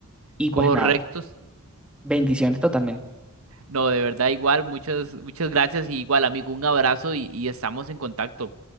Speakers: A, in the centre; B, on the right (about 65°).
A: Y
B: Correctos.
A: pues nada, bendiciones totalmente.
B: No, de verdad, igual, muchas, muchas gracias y igual, amigo, un abrazo y y estamos en contacto.